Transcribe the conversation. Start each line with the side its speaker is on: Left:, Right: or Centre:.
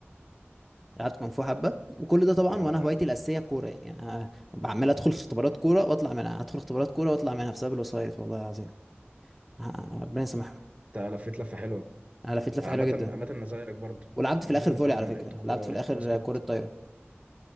Centre: لعبت كونغ فو حبه وكل ده طبعا
Right: اه
Centre: وانا هوايتي الاساسيه الكوره يعني انا بعمل ادخل في اختبارات كوره واطلع منها ادخل اختبارات كوره واطلع منها بسبب الوسايط والله العظيم آه، ربنا يسامحهم
Right: انت لفيت لفه حلوه
Centre: انا لفيت لفه
Right: انا عامه
Centre: حلوه جدا
Right: عامه انا زيك برضو
Centre: ولعبت
Right: عامه
Centre: في الاخر
Right: انا
Centre: فولي
Right: زيك
Centre: على
Right: انا
Centre: فكره
Right: لعبت كوره
Centre: لعبت في
Right: ولعبت
Centre: الاخر
Right: باسكت
Centre: كره طايره